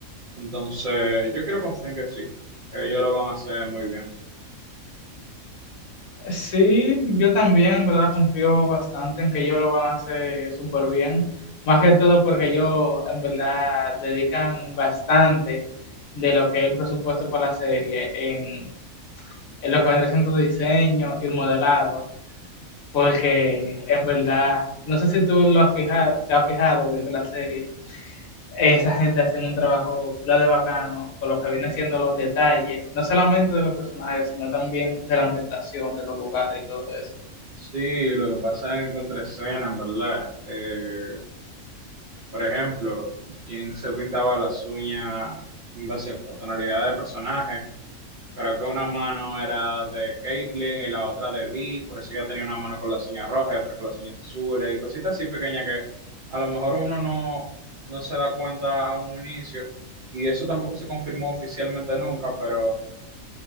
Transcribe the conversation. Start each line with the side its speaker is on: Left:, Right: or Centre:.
Right: Entonces, yo quiero confiar en que sí, que ellos lo van a hacer muy bien.
Left: Sí, yo también, en verdad, confío bastante en que ellos lo van a hacer súper bien, más que todo porque ellos, en verdad, dedican bastante de lo que es el presupuesto para la serie en, en lo que vendrá siendo diseño y modelado, porque en verdad, no sé si tú lo has fijado, te has fijado viendo la serie, esa gente hace un trabajo pila de bacano con lo que viene siendo los detalles, no solamente de los personajes, sino también de la ambientación, de los lugares y todo eso.
Right: Sí, lo que pasa es en contraescena, en verdad. Eh, por ejemplo, Jin se pintaba las uñas en base a tonalidad de personaje Creo que una mano era de Caitlyn y la otra de Vi, por eso ella tenía una mano con la señal roja y otra con la señal azul y cositas así pequeñas que a lo mejor uno no, no se da cuenta a un inicio y eso tampoco se confirmó oficialmente nunca, pero